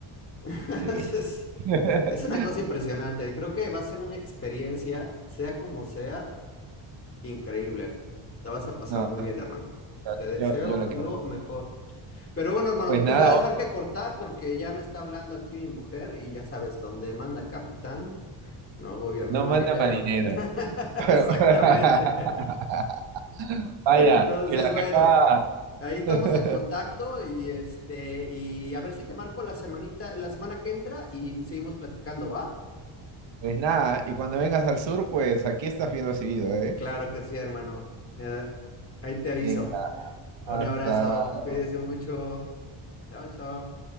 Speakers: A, on the left; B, on the right.
A: <laughs>
B: Sí.
A: Es,
B: <laughs>
A: es- es una cosa impresionante. y Creo que va a ser una experiencia, sea como sea, increíble. La vas a pasar
B: No,
A: muy bien, hermano.
B: yo,
A: Te deseo
B: yo, yo lo que
A: lo
B: voy a hacer.
A: mejor. Pero bueno, hermano,
B: Pues
A: te
B: <laughs>
A: voy a dejar
B: nada,
A: que cortar porque ya me está hablando aquí mi mujer y ya sabes, donde manda capitán, no gobierna
B: no
A: marinero.
B: manda más dinero.
A: <laughs>
B: <laughs>
A: Exactamente.
B: Vaya,
A: Entonces,
B: que la
A: bueno.
B: jefa.
A: Ahí estamos
B: <laughs>
A: en contacto y este, y a ver si te marco la semanita, la semana que entra y seguimos platicando, ¿va?
B: Pues nada, y cuando vengas al sur, pues aquí estás bien recibido, ¿eh?
A: Claro que sí, hermano. Eh, ahí te aviso.
B: Venga,
A: Un
B: hasta.
A: abrazo, cuídese mucho. Chao, chao.